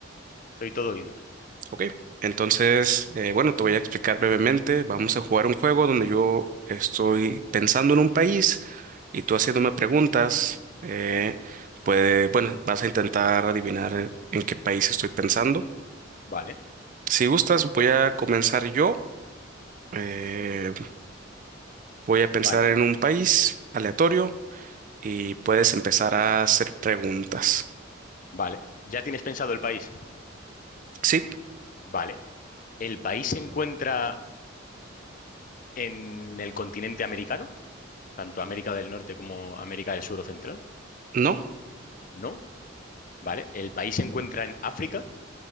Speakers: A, on the left (about 40°); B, on the right (about 40°).
A: soy todo oídos.
B: Ok, entonces, eh, bueno, te voy a explicar brevemente. Vamos a jugar un juego donde yo estoy pensando en un país y tú haciéndome preguntas. eh, puede, bueno, vas a intentar adivinar en en qué país estoy pensando.
A: Vale,
B: Si gustas, voy a comenzar yo. Eh, voy a pensar
A: vale,
B: en un país aleatorio y puedes empezar a hacer preguntas.
A: vale. ¿Ya tienes pensado el país?
B: ¿Sí?
A: Vale. ¿El país se encuentra en el continente americano? Tanto América del Norte como América del Sur o Central.
B: ¿No?
A: No, vale. ¿El país se encuentra en África?